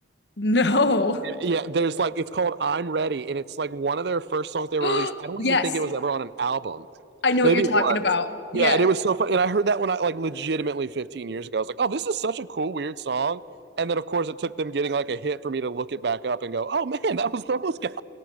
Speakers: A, on the left; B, on the right.
A: No.
B: Yeah. Yeah, there's like it's called "I'm Ready," and it's like one of their first songs they ever
A: <gasps>
B: released. I don't
A: Yes,
B: even think it was ever on an album.
A: I know
B: Maybe
A: what you're talking
B: it was.
A: about.
B: Yeah,
A: Yes.
B: and it was so funny. And I heard that when I like legitimately 15 years ago. I was like, "Oh, this is such a cool, weird song." And then, of course, it took them getting like a hit for me to look it back up and go, "Oh man, that was those guys.